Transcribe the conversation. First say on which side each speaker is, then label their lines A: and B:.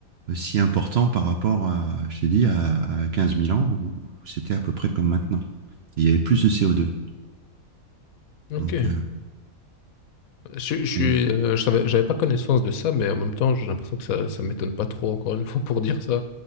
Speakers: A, on the right (about 60°); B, on the left (about 75°).
A: si important par rapport à, je t'ai dit, à, à 15 000 ans, où c'était à peu près comme maintenant. Et il y avait plus de CO2.
B: Ok.
A: Donc, euh,
B: Je, je suis,
A: mais,
B: euh, je savais, j'avais pas connaissance de ça, mais en même temps, j'ai l'impression que ça, ça m'étonne pas trop, encore une fois, pour dire ça.